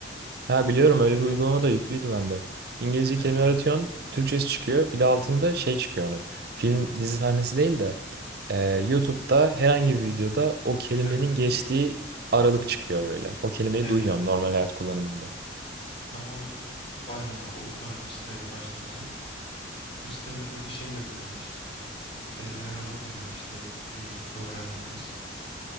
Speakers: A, on the right; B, on the left.
A: Ha biliyorum
B: Onu arkaya
A: öyle bir uygulama da yüklüydü bende. İngilizce
B: evet
A: kelime aratıyorsun.
B: evet
A: Türkçesi çıkıyor. Bir de altında şey çıkıyor onun. Film dizi sahnesi değil de e, YouTube'da herhangi bir videoda o kelimenin
B: aynen.
A: geçtiği
B: E,
A: aralık çıkıyor böyle. O kelimeyi
B: Evet
A: duyuyorsun
B: evet.
A: normal hayat kullanımında.
B: Tam o aynen o tarz bir site açtı bize. Bu sitede dedi şey yapın dedi işte. Kelimelere bakın dedi işte e, öğrendiğimiz.